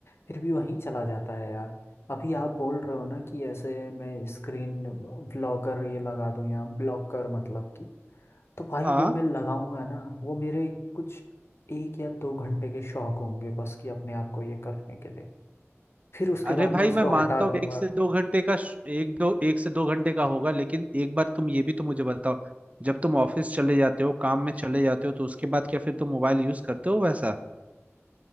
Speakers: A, on the left; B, on the right.
A: फिर भी वहीं चला जाता है यार अभी आप बोल रहे हो ना कि ऐसे मैं स्क्रीन ब्लॉकर ये लगा दूँ या ब्लॉकर मतलब कि तो भाई
B: हाँ
A: वो मैं लगाऊंगा ना वो मेरे कुछ एक या दो घंटे के शौक होंगे बस कि अपने आप को ये करने के लिए फिर उसके
B: अरे
A: बाद
B: भाई
A: मैं उसको
B: मैं मानता
A: हटा
B: हूँ
A: दूंगा
B: एक से दो घंटे का श- एक दो एक से दो घंटे का होगा लेकिन एक बार तुम ये भी तो मुझे बताओ जब तुम ऑफिस चले जाते हो काम में चले जाते हो तो उसके बाद क्या फिर तुम मोबाइल यूज करते हो वैसा